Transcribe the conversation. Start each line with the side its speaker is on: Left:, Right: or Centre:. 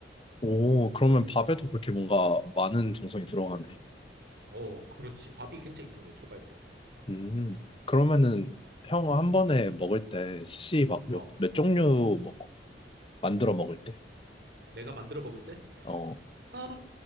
Left: 오, 그러면 밥에도 그렇게 뭔가 많은 정성이 들어가네.
Right: 어, 그렇지. 밥이 굉장히 중요해, 초밥에서.
Left: 음. 그러면은 형 한 번에 먹을 때 스시 막 몇,
Right: 어.
Left: 몇 종류 먹어? 만들어 먹을 때.
Right: 내가 만들어 먹을 때?
Left: 어,
Right: 아,